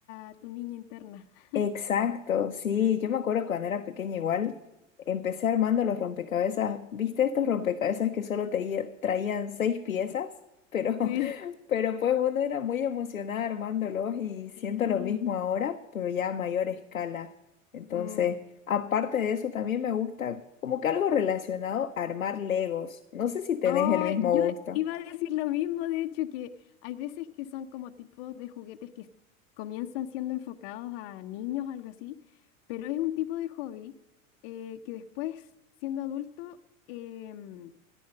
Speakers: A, on the left; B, on the left.
A: a tu niña interna. <laughs>
B: Exacto, sí, yo me acuerdo cuando era pequeña igual, empecé armando los rompecabezas, ¿viste estos rompecabezas que solo te traían seis piezas? Pero, <laughs>
A: Sí.
B: pero pues uno era muy emocionada armándolos y siento
A: Sí.
B: lo mismo ahora, pero ya a mayor escala. Entonces,
A: Mm.
B: aparte de eso, también me gusta como que algo relacionado a armar Legos. No sé si tenés
A: Ay,
B: el mismo
A: yo
B: gusto.
A: iba a decir lo mismo, de hecho, que hay veces que son como tipos de juguetes que comienzan siendo enfocados a niños, algo así, pero es un tipo de hobby eh, que después, siendo adulto, em,